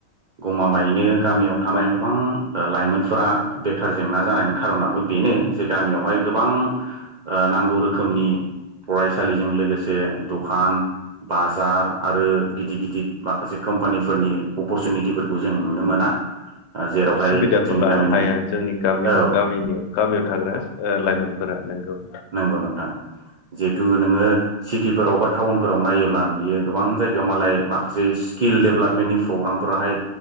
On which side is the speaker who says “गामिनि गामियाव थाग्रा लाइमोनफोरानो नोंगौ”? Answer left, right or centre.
Left